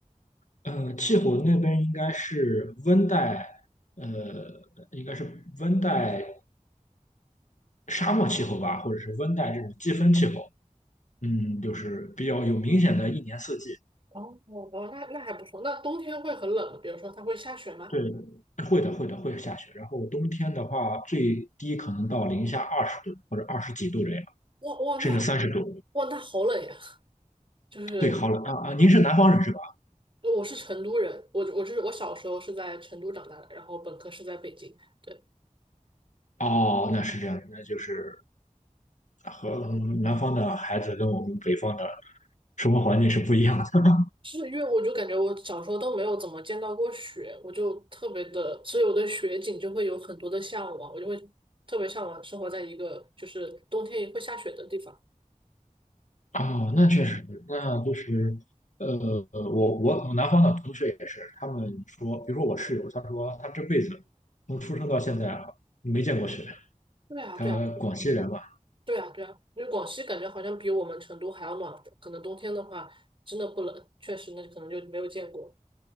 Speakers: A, on the left; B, on the right.
A: 嗯，呃气候那边应该是温带，呃，应该是温带沙漠气候吧，或者是温带这种季风气候。嗯，就是比较有明显的一年四季。
B: 哦哦，那那还不错。那冬天会很冷吗？比如说它会下雪吗？
A: 对，会的，会的，会下雪。然后冬天的话，最低可能到零下二十度或者二十几度这样，
B: 哇哇，那
A: 甚至三十度。
B: 哇那好冷呀！就是
A: 对，好冷啊啊！您是南方人是吧？
B: 我是成都人，我我就是我小时候是在成都长大的，然后本科是在北京。对，
A: 哦，那是这样的，那就是和南方的孩子跟我们北方的生活环境是不一样的。<laughs>
B: 是因为我就感觉我小时候都没有怎么见到过雪，我就特别的，所以我对雪景就会有很多的向往，我就会特别向往生活在一个就是冬天也会下雪的地方。
A: 哦，那确实，那就是，呃，我我我南方的同学也是，他们说，比如说我室友，他说他这辈子从出生到现在啊，没见过雪。
B: 对啊，
A: 他广西人嘛，
B: 对啊，对啊，对啊，因为广西感觉好像比我们成都还要暖和，可能冬天的话真的不冷，确实那可能就没有见过，